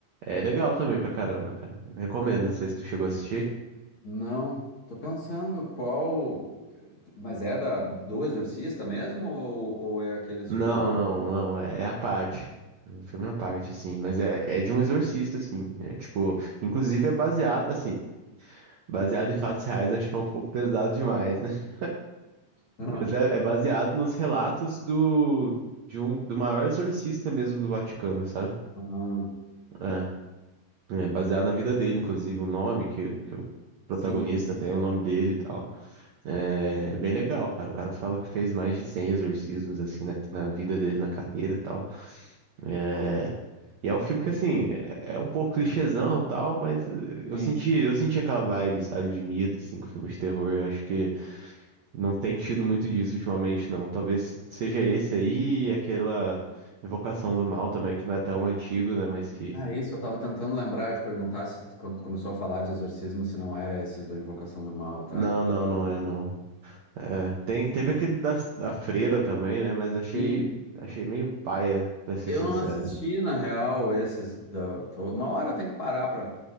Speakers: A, on the right; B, on the left.
A: é legal também pra caramba, cara. Recomendo, não sei se tu chegou a assistir.
B: Não, tô pensando qual. Mas é da do Exorcista mesmo? Ou, ou é aqueles
A: Não,
B: tipo.
A: não, não, é é à parte. É um filme à parte, assim, mas é, é de um exorcista, assim. É tipo, inclusive é baseado, assim, baseado em fatos reais, acho que é um pouco pesado demais. <laughs>
B: Ah,
A: Mas é, é baseado nos relatos do, de um, do maior exorcista mesmo do Vaticano, sabe?
B: <laughs> ah,
A: É, é baseado na vida dele, inclusive, o nome que, que o protagonista
B: sim,
A: tem, o nome dele e tal. É, é bem legal, cara. O cara fala que fez mais de 100 exorcismos, assim, na, na vida dele, na carreira e tal. É, e é um filme que, assim, é, é um pouco clichêzão e tal, mas eh, eu
B: sim.
A: senti, eu senti aquela vibe, sabe, de medo, assim, com filmes de terror. Eu acho que não tem tido muito disso ultimamente, não. Talvez seja esse aí, e aquela Invocação do Mal também, que não é tão antigo, né? Mas que.
B: Ah, isso eu tava tentando lembrar, eu te perguntar se quando tu começou a falar de exorcismo, se não era esses do Invocação do Mal, tá?
A: Não, não,
B: Então,
A: não é, não. É, tem, teve aquele da, da Freira também, né? Mas achei,
B: Sim,
A: achei meio paia, pra ser
B: eu
A: sincero.
B: não assisti, na real, esses da. tô- Uma hora eu tenho que parar pra.